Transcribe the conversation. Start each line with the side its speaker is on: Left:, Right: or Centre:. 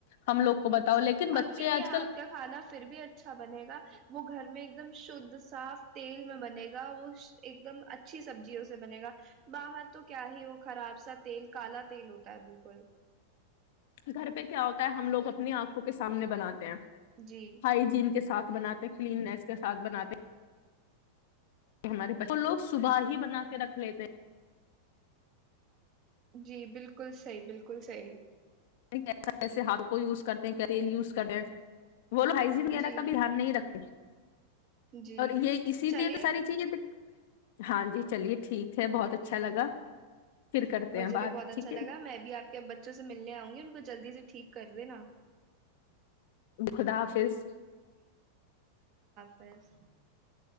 Left: ہم لوگ کو بتاؤ
Right: جی
Left: لیکن
Right: امی
Left: بچے آج
Right: کے ہاتھ
Left: کل
Right: کا کھانا پھر بھی اچھا بنے گا وہ گھر میں ایک دم شھ صاف تیل میں بنے گا وہ ایک دم اچھی سبزیوں سے بنے گا باہر تو کیا ہی وہ خراب سا تیل کالا تیل ہوتا ہے بالکل
Left: گھر پہ کیا ہوتا ہے ہم لوگ اپنی آنکھوں کے سامنے بناتے ہیں
Right: جی
Left: ہائیجین کے ساتھ بناتے کلینس کے ساتھ بناتے ہمارے پس تو لوگ صبح ہی بنا کے رکھ لیتے ہیں <unintelligible>
Right: جی بالکل صحیح بالکل صحیح
Left: ایسا وسے ہاتھ کو وز کرتے ہیں کیا یز کڈن وہولو ہائجین وغیرہ
Right: جی
Left: کا بھی دھیان نہیں رکھ
Right: جی
Left: <inaudible> اور یہ اسی لیے
Right: چلیے
Left: تو ساری چیزیں ہاں جی چلیے ٹھیک ہے بہت اچھا لگا پھر کرتے
Right: مجھے
Left: ہیں
Right: بھی
Left: بات
Right: بہت اچھا
Left: ٹھیک
Right: لا
Left: ہے
Right: میں بھی آپ کے بچوں سے ملنےؤ گی ان کو جلد سے ٹھیک کر د نا
Left: خدافظ
Right: ب